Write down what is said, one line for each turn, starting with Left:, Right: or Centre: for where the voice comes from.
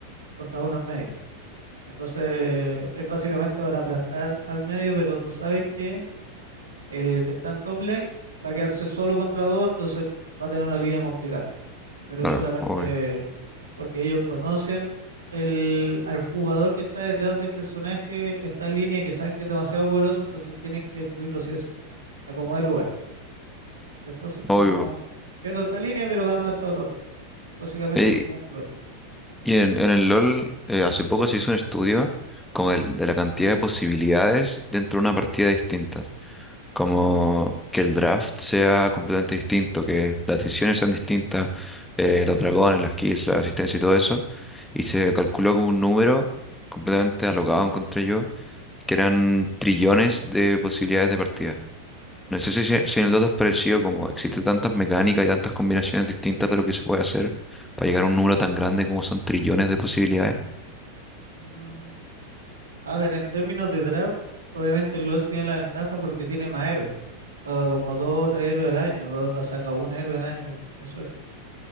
Right: contra uno en medio. Entonces es básicamente para aplastar al medio, pero tú sabes que El que está en top lane va a quedarse solo contra dos, entonces va a tener una línea complicada. Pero
Centre: Claro,
Right: solamente
Centre: obvio.
Right: porque ellos conocen el, al jugador que está detrás del personaje en tal línea y que saben que es demasiado poderoso, entonces tienen que destruirlo sí o sí, acomodar el lugar. Entonces,
Centre: obvio.
Right: como pierdo esta línea, pero gano esta otra dos. Básicamente
Centre: Eh,
Right: es como un trueque.
Centre: Y en, en el LOL eh, hace poco se hizo un estudio como del- de, la cantidad de posibilidades dentro de una partida distintas. Como que el draft sea completamente distinto, que las decisiones sean distintas, eh, los dragones, las kills, la asistencia y todo eso. Y se calculó como un número completamente alocado, encontré yo, que eran trillones de posibilidades de partida. No sé si, si si en el Dota es parecido, como existen tantas mecánicas y tantas combinaciones distintas de lo que se puede hacer para llegar a un número tan grande como son trillones de posibilidades.
Right: Mm, a ver, en términos de draft, obviamente el LoL tiene la ventaja porque tiene más héroes. Saca como dos o tres héroes al año, Dota saca un héroe al año con mucha suerte.